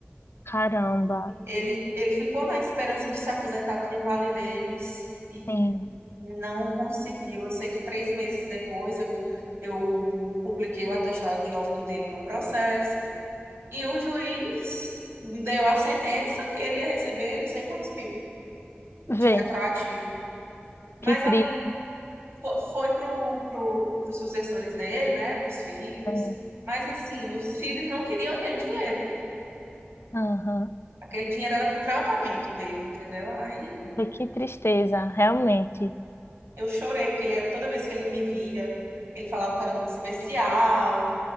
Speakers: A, on the left; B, on the right.
A: caramba,
B: Ele, ele ficou na esperança de se aposentar por invalidez e
A: sim.
B: não conseguiu. Eu sei que três meses depois eu, eu publiquei o atestado de óbito dele no processo e o juiz deu a sentença que ele ia receber não sei quantos mil de
A: Vê,
B: retroativo. Mas
A: que triste.
B: ali fo- foi para pro, os sucessores dele, né, para os filhos.
A: né?
B: Mas assim, os filhos não queriam aquele dinheiro.
A: Aham.
B: Aquele dinheiro era para o tratamento dele, entendeu? Aí
A: Vê Que tristeza, realmente.
B: Eu chorei, porque ele era toda vez que ele me via, ele falava que era muito especial.